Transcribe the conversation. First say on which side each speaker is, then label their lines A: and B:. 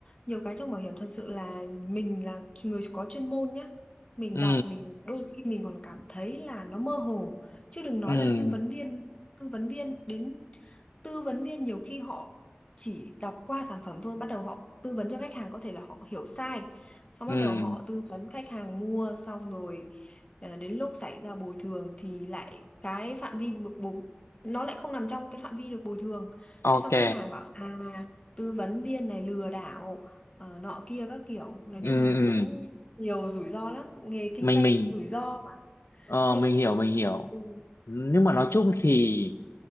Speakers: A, on the left; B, on the left.
A: nhiều cái trong bảo hiểm thật sự là mình là người có chuyên môn nhá mình
B: ừ
A: đọc mình đôi khi mình còn cảm thấy là nó mơ hồ chứ đừng nói
B: ừ
A: là tư vấn viên tư vấn viên đến tư vấn viên nhiều khi họ chỉ đọc qua sản phẩm thôi bắt đầu họ tư vấn cho khách hàng có thể là họ hiểu sai xong
B: ừ
A: bắt đầu họ tư vấn khách hàng mua xong rồi ờ, đến lúc xảy ra bồi thường thì lại cái phạm vi được bồi nó lại không nằm trong cái phạm vi được bồi thường
B: ok
A: thế xong khách hàng bảo à tư vấn viên này lừa đảo ờ, nọ kia các kiểu nói
B: ừ
A: chung là
B: ừ
A: cũng nhiều rủi ro lắm nghề kinh
B: mình
A: doanh
B: mình
A: rủi ro mà
B: Ờ,
A: nhưng
B: mình hiểu
A: cũng
B: mình hiểu
A: ừ,
B: nhưng
A: đấy
B: mà nói chung thì